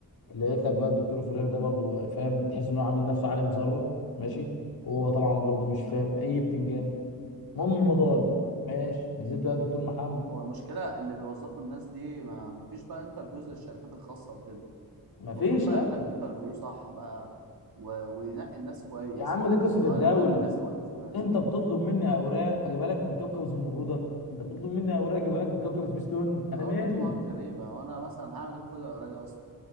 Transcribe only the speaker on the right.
هو المشكله اللي بيوظفوا الناس دي ما ما فيش بقى انترفيوز للشركات الخاصه وكده
المفروض بقى
يعمل لك انترفيو صح بقى و... وينقي الناس كويس
يعني
هو-
هل ده مناسب ولا مش مناسب
اه
بيطلبوا حاجات غريبه وانا مثلا هعمل ايه بكل الاوراق دي اصلا